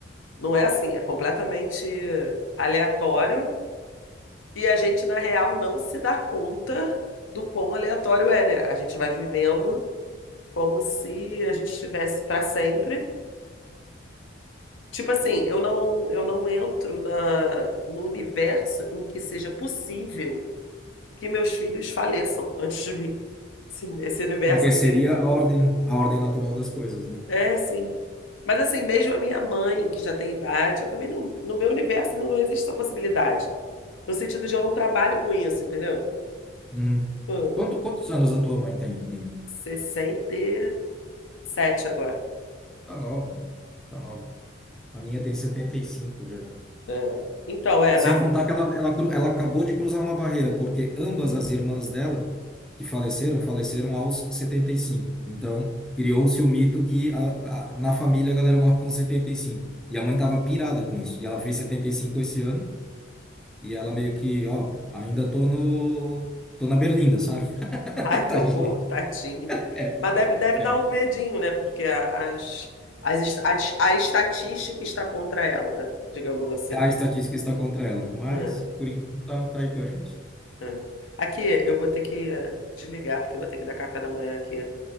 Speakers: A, on the left; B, in the centre.
A: não é assim, é completamente aleatório e a gente, na real, não se dá conta do quão aleatório é, né? A gente vai vivendo como se a gente estivesse para sempre. Tipo assim, eu não, eu não entro na, no universo em que seja possível que meus filhos faleçam antes de mim. Sim, esse universo
B: Porque
A: assim
B: seria a ordem, a ordem natural das coisas, né?
A: É, sim. Mas assim, mesmo a minha mãe, que já tem idade, eu também não, no meu universo não existe essa possibilidade. No sentido de eu não trabalho com isso, entendeu?
B: Uhum.
A: Pô,
B: Quanto, quantos anos a tua mãe tem, Nina?
A: sessenta e sete agora.
B: Tá nova. Tá nova. A minha tem 75 já.
A: É. Então, é,
B: Sem
A: na.
B: contar que ela, ela, cru- ela acabou de cruzar uma barreira, porque ambas as irmãs dela, que faleceram, faleceram aos 75. Então, criou-se o mito que a- a- na família a galera morre com 75. E cinco. E a mãe estava pirada com isso. E ela fez 75 esse ano, e ela meio que, ó, ainda tô no, tô na berlinda, sabe? <laughs>
A: Ai, que
B: Tadinha.
A: horror, tadinho.
B: É,
A: Mas deve, deve
B: é,
A: dar um medinho, né? Porque a- as, as, est- a, a estatística está contra ela, né? Digamos assim.
B: a estatística está contra ela, mas
A: É,
B: por enquanto tá, tá aí com a gente.
A: é. Aqui, eu vou ter que eh, desligar, porque eu vou ter que dar café da manhã aqui